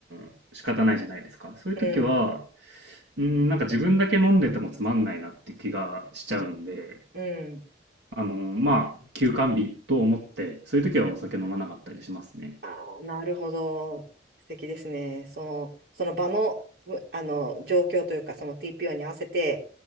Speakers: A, on the right (about 75°); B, on the right (about 55°).
A: ー仕方ないじゃないですか。そういう時は、
B: うん。
A: うん、なんか自分だけ飲んでてもつまんないなって気がしちゃうんで、
B: うん。
A: あの、まあ、休館日と思って、そういう時はお酒飲まなかったりしますね。
B: ああ、なるほど。素敵ですね。その、その場の、うあの、状況というか、その TPO に合わせて、